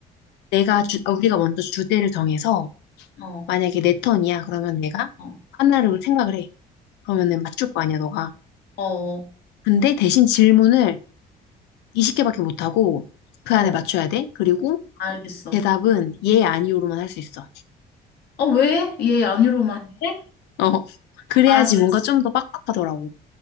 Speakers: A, on the left; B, on the left.
A: 내가 주, 아, 우리가 먼저 주제를 정해서
B: 어,
A: 만약에 내 턴이야. 그러면 내가
B: 어,
A: 하나를 생각을 해. 그러면은 맞출 거 아니야, 너가.
B: 어,
A: 근데 대신 질문을 20개밖에 못 하고 그
B: 어,
A: 안에 맞춰야 돼. 그리고
B: 알겠어.
A: 대답은 예, 아니오로만 할 수 있어.
B: 어, 왜? 얘 아니로만 해?
A: 어. 그래야지
B: 알았어.
A: 뭔가 좀 더 빡빡하더라고.